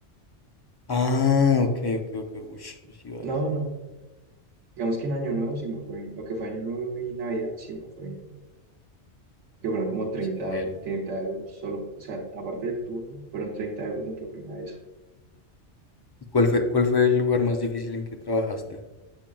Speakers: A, on the left; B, on the right.
A: ah, ok, ok, ok. Ush, yo sí iba a
B: No,
A: decir.
B: no. Digamos que en Año Nuevo sí me fue bien. Lo que fue Año Nuevo y Navidad sí me fue bien. Que fueron como treinta
A: Severo.
B: do- 30 euros solo. O sea, aparte del turno, fueron 30 euros en propina de eso.
A: ¿Y ¿Cuál fue, cuál fue el lugar más difícil en que trabajaste?